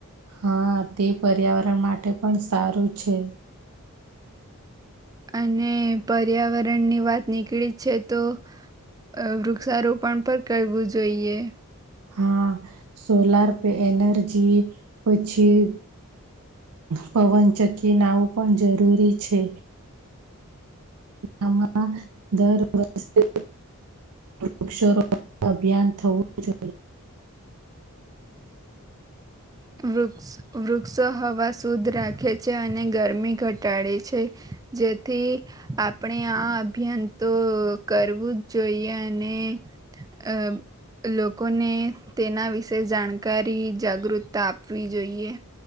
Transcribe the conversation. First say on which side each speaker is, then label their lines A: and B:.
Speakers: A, on the right; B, on the right.
A: હા તે પર્યાવરણ માટે પણ સારું છે
B: અને પર્યાવરણ ની વાત નીકળી છે તો અ વૃક્ષારોપણ પણ કરવું જોઈએ
A: હા સોલાર પે એનર્જી પછી પવન ચકી નાવું પણ જરૂરી છે નામાં દર વર્ષે વૃક્ષરો અભિયાન થવું જોઈએ
B: વૃક્ષ વૃક્ષો હવા શુદ્ધ રાખે છે અને ગરમી ઘટાડે છે જેથી આપણે આ અભિયાન તો કરવું જ જોઈએ અને અ લોકોને તેના વિશે જાણકારી જાગૃત તા આપવી જોઈએ